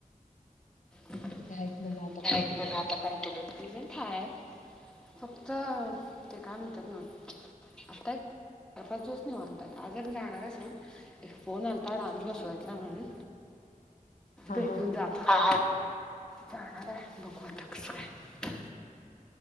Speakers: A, in the centre; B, on the left.
A: काही
B: आहेत म्हण आता कंटिन्यू
A: बी म्हणा आता, कंटिन्यू इव्हेंट हाय. फक्त, ते काय म्हणतात ना? आताय चार-पाच दिवस निवांत आहे, आज आणि जाणार आहे सोड. एक फोन आलता, डान्स बसवायचा आहे म्हणून.
B: हा
A: भेटून
B: हा
A: जावा. जाणार आहे, बघू आता कसं काय?